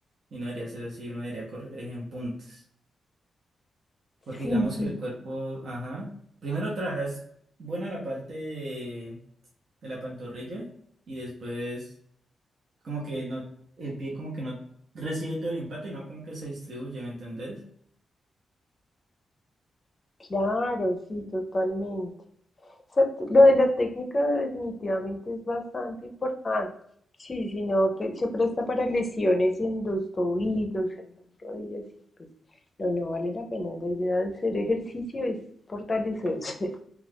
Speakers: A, on the right; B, on the left.
A: y no debería ser así, uno debería correr es en puntas, porque
B: sí,
A: digamos que
B: sí,
A: el cuerpo, ajá, primero trabajas buena la parte de, de la pantorrilla y después como que no, el pie como que no recibe todo el impacto y no como que se distribuye, ¿me entendés?
B: claro, sí, totalmente. O sea, t- lo de la técnica definitivamente es bastante importante. Sí, si no te- se presta para lesiones en los tobillos, en las rodillas, y pues no, no vale la pena. La idea de hacer ejercicio es fortalecerse.